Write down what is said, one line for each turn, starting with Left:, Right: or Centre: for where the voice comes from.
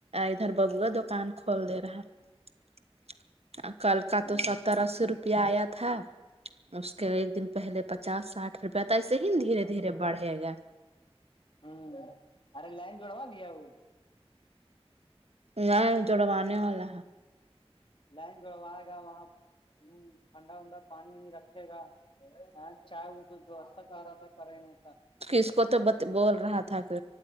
Right: ادھر ببوا دکان کھول دے رہا کل کا
Left: ہوں
Right: تو ستر اسی روپ پیہ آیا تھا اس کے ایک دن پہلے پچاس ساٹھ پتا ایسے ہی دھیرے دھیرے بڑھے گا
Left: ہوں ارے لائن جوڑوا دیا وہ
Right: نہیں جڑوانے والا ہے
Left: لائن جوڑوائے گا وہاں ٹھنڈا ونڈا پانی وانی رکھے گا ہاں چائے وہ بھی وستھا کر رہا تھا کریں میں
Right: کس کو توبت بول رہا تھا کہ